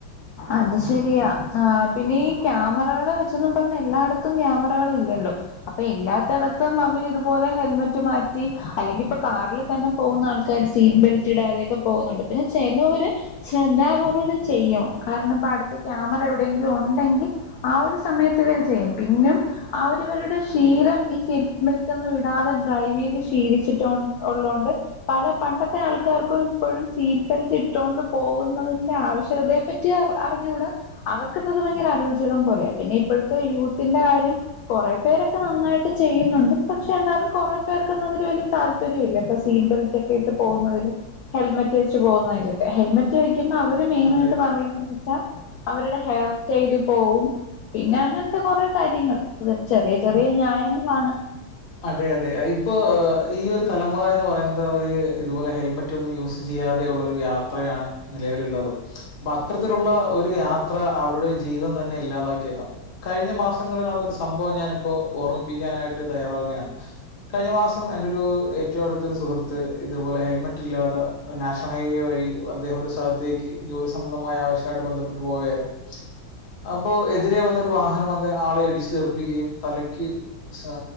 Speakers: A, on the left; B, on the left.
A: അത് ശരിയാ ആ പിന്നെ ഈ ക്യാമറകളെ വെച്ചൊന്നും പറഞ്ഞ എല്ലായിടത്തും ക്യാമറകള ഇല്ലല്ലോ അപ്പൊ ഇല്ലാത്തടത്തും അവര് ഇതുപോലെ ഹെൽമെറ്റ് മാറ്റി അല്ലെങ്കി ഇപ്പൊ കാറിില് തന്നെ പോകുന്ന ആൾക്കാർ സീറ്റ് ബെൽറ്റ് ഇടാതെയൊക്കെ പോകുന്നുണ്ട് പിന്നെ ചിലര് ശ്രദ്ധാപൂർവ്വം ഇത് ചെയ്യണം കാരണം ഇപ്പ അടുത്ത ക്യാമറ എവിടെയെങ്കിലും ഉണ്ടെങ്കിൽ ആ ഒരു സമയത്ത് ഇവർ ചെയ്യും പിന്നും ആരി ഇവരുടെ ശീലം ഈ സീറ്റ് ബെൽറ്റ് ഒന്നും ഇടാതെ ഡ്രൈവ് ചെയ്ത് ശീലിച്ചിട്ട ഉള്ളതോണ്ട് പല പണ്ടത്തെ ആൾക്കാർക്കും ഇപ്പോഴും സീറ്റ് ബെൽറ്റ് ഇട്ടൊണ്ട് പോകുന്നതിൻന്റെ ആവശ്യകതയെ പറ്റി അറിഞ്ഞുകൂട അവർക്ക എന്തത് ഭയങ്കര ആലോചകം പോലയാ പിന്നെ ഇപ്പോഴത്തെ യൂത്തിന്റെ കാര്യം കുറെേ പേരൊക്കെ നന്നായിട്ട് ചെയ്യുന്നുണ്ട് പക്ഷെ എന്നന്താലും കുറെ പേർക്കൊന്നും അതില് വലിയ താല്പര്യം ഇല്ല ഇപ്പൊ സീറ്റ് ബെൽറ്റ് ഒക്കെ ഇട്ട് പോകുന്നതില് ഹെൽമെറ്റ് വെച്ച് പോകുന്നതിലൊക്കെ ഹെൽമെറ്റ് അവര് മെയിനായിട്ട്
B: അതെ
A: പറയ വച്ചാ അവരുടെ ഹെയർ സ്റ്റൈല് പോവും പിന്നെ അങ്ങനത്തെ കുറെ കാര്യങ്ങൾ ചെറിയ ചെറിയ ന്യായങ്ങളാണ്
B: അതെ അതെ ഇപ്പോൊ ഈ ഒരു തലമുറ എന്ന് പറയുന്നത് അവര് ഇതുപോലെ ഹെൽമെറ്റ് ഒന്നും യൂസ് ചെയ്യാതെയള്ള ഒരു യാത്രയാണ് നിലവിലുള്ളത് അപ്പൊ അത്തരത്തിലുള്ള ഒരു യാത്ര അവരുടെ ജീവിതം തന്നെ ഇല്ലാതാക്കിയേക്കാം കഴിഞ്ഞ മാസങ്ങളിൽ നടന്നൊരു സംഭവം ഞാാനിപ്പോൊ ഓർമ്മിപ്പിക്കാനായിട്ട് തയ്യാറാവുകയാണ് കഴിഞ്ഞ മാസം എന്റെ ഒരു ഏറ്റവും അടുത്തരു സുഹൃത്ത് ഇതുപോലെ ഹെൽമെറ്റ് ഇല്ലാതെ നാഷണൽ ഹൈവേ വഴി അദ്ദേഹം ഒരു സ്ഥലത്തേക്ക് ജോലി സംബന്ധമായ ആവശ്യമായിട്ട് ബന്ധപ്പെട്ട് പോവുകയായിരുന്നു അപ്പോ എതിരെ വന്ന ഒരു വാഹനം അ ആളെ ഇടിച്ചു തീർപ്പിക്കുകയും തലയ്ക്ക് ഏ